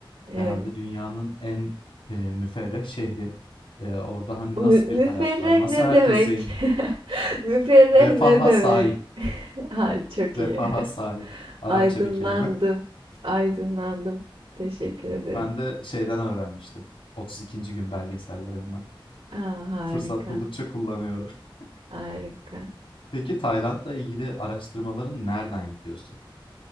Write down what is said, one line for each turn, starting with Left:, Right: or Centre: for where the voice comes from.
Right: Evet.
Left: herhalde dünyanın en e, müferreh şehri. E, orada hani
Right: Mü-
Left: nasıl
Right: müferreh
Left: bir hayat var? Nasıl
Right: ne
Left: herkes
Right: demek?
Left: zengin?
Right: <laughs> Müferreh
Left: Refaha
Right: ne demek?
Left: sahip.
Right: <laughs> Ha, çok
Left: Refaha
Right: iyi.
Left: sahip. Arapça
Right: Aydınlandım.
Left: bir kelime.
Right: Aydınlandım. Teşekkür ederim.
Left: Ben de şeyden öğrenmiştim. 32. gün belgesellerinden.
Right: Aa, harika.
Left: Fırsat buldukça kullanıyorum. <laughs>
Right: Harika.
Left: Peki Tayland'la ilgili araştırmalarını nereden yapıyorsun?